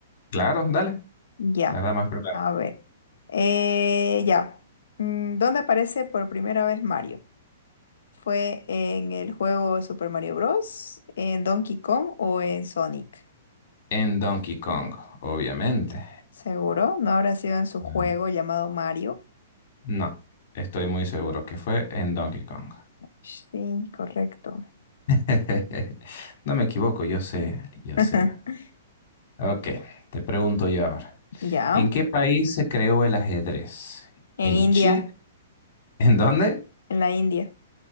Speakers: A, on the left; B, on the left.
A: Claro, dale.
B: Ya,
A: Las damas primero.
B: a ver. Eh, ya. Mm, ¿Dónde aparece por primera vez Mario? ¿Fue en el juego Super Mario Bros., en Donkey Kong o en Sonic?
A: En Donkey Kong, obviamente.
B: Seguro, no habrá sido en su juego
A: Ah.
B: llamado Mario.
A: No, estoy muy seguro que fue en Donkey Kong.
B: Sí, correcto.
A: <laughs> No me equivoco, yo sé, yo
B: <laughs>
A: sé. Ok, te pregunto yo ahora.
B: Ya,
A: ¿En qué país se creó el ajedrez?
B: en
A: ¿En
B: India,
A: Chile? ¿En dónde?
B: en la India.